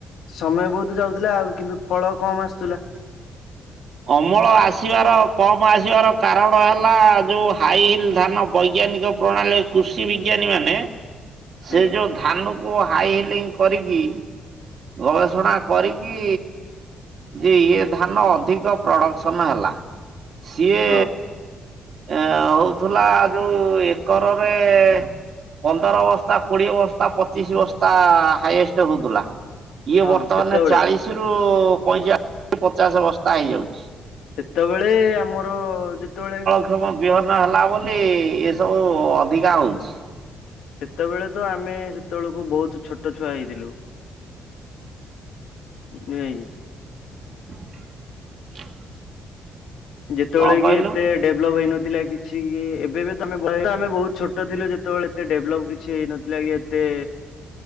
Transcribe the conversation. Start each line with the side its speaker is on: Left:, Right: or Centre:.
Left: ସମୟ ବହୁତ ଯାଉଥିଲା ଆଉ କିନ୍ତୁ ଫଳ କମ୍ ଆସୁଥିଲା।
Right: ଅମଳ ଆସିବାର କମ୍ ଆସିବାର କାରଣ ହେଲା ଯୋଉ ହାଇ ହିଲ୍ ଧାନ ବୈଜ୍ଞାନିକ ପ୍ରଣାଳୀରେ କୃଷି ବିଜ୍ଞାନୀ ମାନେ ସେ
Left: ଆଜ୍ଞା।
Right: ଯୋଉ ଧାନକୁ ହାଇ ହିଲିଂ କରିକି ଗବେଷଣା କରିକି ଯେ ଇଏ ଧାନ ଅଧିକ ଅଧିକ ପ୍ରଡକ୍ସନ ହେଲା ସିଏ
Left: ହଁ
Right: ଏଁ ହଉଥିଲା ଯୋଉ ଏକରରେ ପନ୍ଦର ବସ୍ତା, କୋଡିଏ ବସ୍ତା, ପଚିଶ ବସ୍ତା ହାଇଏଷ୍ଟ୍ ହଉଥିଲା। ଇଏ
Left: ହଁ
Right: ବର୍ତ୍ତମାନ
Left: ସେତେବେଳେ
Right: ଚାଳିଶ ରୁ ପଇଁଚାଳିଶ ପଚାଶ ବସ୍ତା ହେଇଯାଉଛି।
Left: ସେତେବେଳେ ଆମର ଯେତେବେଳେ
Right: ପ୍ରଥମ ବିହନ ହେଲା ବୋଲି ଏ ସବୁ ଅଧିକା ହଉଛି।
Left: ସେତେବେଳେ ତ ଆମେ ସେତେବେଳକୁ ବହୁତ ଛୋଟ ଛୁଆ ହେଇଥିଲୁ। ନିଆକି।
Right: <inaudible>
Left: ଯେତେବେଳେ
Right: କଣ
Left: କି
Right: କହିଲୁ?
Left: ଏତେ ଡେଭଲପ ହେଇନଥିଲା କିଛି କି ଏବେ ବି ତମେ ବୟ ଆମେ ବହୁତ ଛୋଟ ଥିଲୁ ଯେତେବେଳେ ଏତେ ଡେଭଲପ କିଛି ହେଇନଥିଲା କି ତେ।